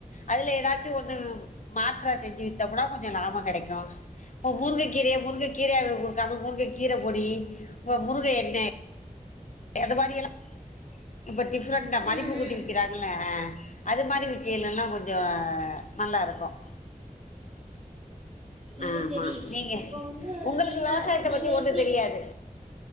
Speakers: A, on the left; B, on the right.
A: அல ஏதாச்சும் ஒன் மாத்திர செஞ்சு வித்த கூட கொஞ் லாபம் கிடைக்கும் இப்ப முருங்கைக்கீரை முருங்கக்க கீரையா குடுக்காமங்க முருங்கை கீரை பொடி முருங்கை எண்ணெய் எது மாரி எல்லாம் இப்போ டிஃபன் தான் மதிப்பு
B: ம் ம்
A: கூட்டி விற்கிறாங்களே அது மாதிரி விக்கல எல்லாம் கொஞ்சம் நல்லா இருக்கோம்
B: செரி
A: ஆமா
B: செரி
A: நீங்க
B: இப்போ வந்து
A: உங்களுக்கு
B: நீங்க
A: விவசாயத்தை
B: நீங்க
A: பத்தி ஒன்னும்
B: எப்டி
A: தெரியாது